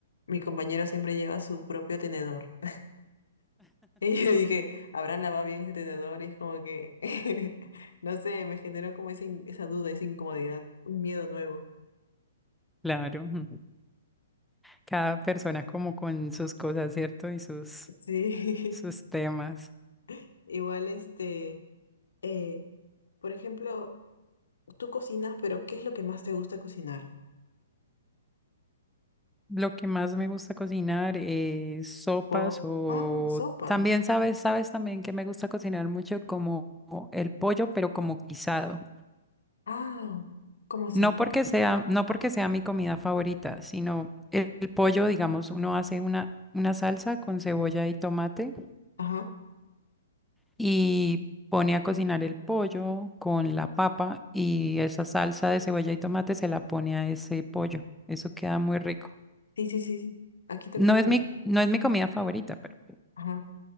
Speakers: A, on the left; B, in the centre.
A: mi compañero siempre lleva su propio tenedor. <laughs> Y yo dije, ¿habrán lavado bien ese tenedor? Y es como que, <laughs> no sé, me generó como esa, in- esa duda, esa incomodidad, un miedo nuevo.
B: Claro, ujú. cada persona como con sus cosas, ¿cierto? Y sus,
A: Sí,
B: sus temas.
A: <laughs> igual este, eh, por ejemplo, tú cocinas, pero ¿qué es lo que más te gusta cocinar?
B: Lo que más me gusta cocinar es sopas
A: Pos.
B: o
A: Ah, sopas.
B: también sabes, sabes también que me gusta cocinar mucho como el pollo, pero como guisado.
A: Ah, ¿cómo así?
B: No porque sea, no porque sea mi comida favorita, sino el, el pollo, digamos, uno hace una, una salsa con cebolla y tomate
A: Ajá.
B: y pone a cocinar el pollo con la papa y esa salsa de cebolla y tomate se la pone a ese pollo. Eso queda muy rico.
A: Sí, sí, sí, sí. Aquí también.
B: No es mi, no es mi comida favorita, pero
A: Ajá.